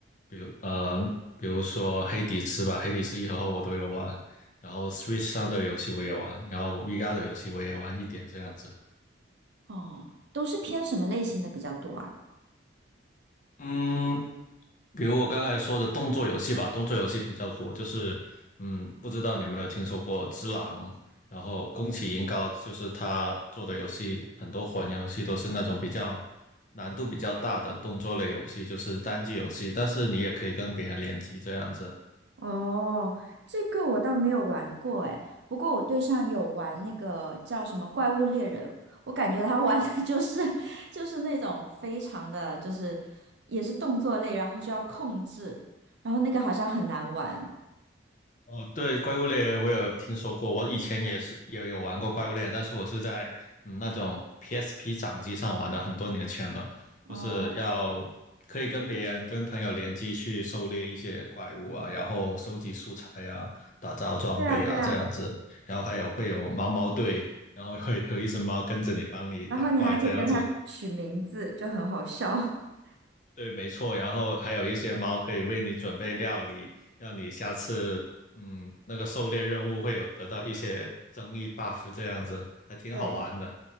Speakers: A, on the left; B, on the right.
A: 比如呃，比如说《黑迪斯》吧，《黑迪斯一》和二我都有玩，然后 Switch 上的游戏我也玩，然后 VR 的游戏我也玩一点这样子。
B: 哦，都是偏什么类型的比较多啊？
A: 嗯，比如我刚才说的动作游戏吧，动作游戏比较多，就是嗯，不知道你有没有听说过《只狼》，然后宫崎英高，就是他做的游戏，很多魂游戏都是那种比较难度比较大的动作类游戏，就是单机游戏，但是你也可以跟别人联机这样子。
B: 哦，这个我倒没有玩过哎，不过我对象有玩那个叫什么《怪物猎人》，我感觉他玩的 <laughs> 就是就是那种非常的就是也是动作类，然后就要控制，然后那个好像很难玩。
A: 哦，对，怪物猎人我有听说过，我以前也是也有玩过怪物猎人，但是我是在嗯那种 PSP 掌机上玩的，很多年前了，
B: 哦，
A: 就是要可以跟别人跟朋友联机去狩猎一些怪物啊，然后收集素材啊，打造装备啊这样子，
B: 对啊对啊，
A: 然后还有会有毛毛队，然后会有一只猫跟着你帮你打怪这样子。
B: 然后你还可以跟他取名字，就很好笑。<laughs>
A: 对，没错。然后还有一些猫可以为你准备料理，让你下次嗯那个狩猎任务会有得到一些增益 buff，这样子还挺好玩的，
B: 对。